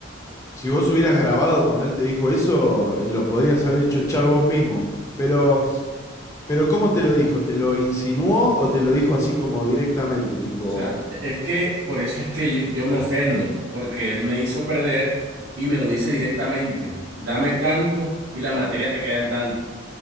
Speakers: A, on the left (about 15°); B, on the right (about 80°).
A: Si vos hubieras grabado cuando él te dijo eso, eh, lo podrías haber hecho echar vos mismo. Pero, pero ¿cómo te lo dijo? ¿Te lo insinuó o te lo dijo así como directamente? Tipo,
B: O sea, es que por eso es que yo, yo me ofendo, porque él me hizo perder y me lo dice directamente. Dame tanto y la materia te queda en tanto.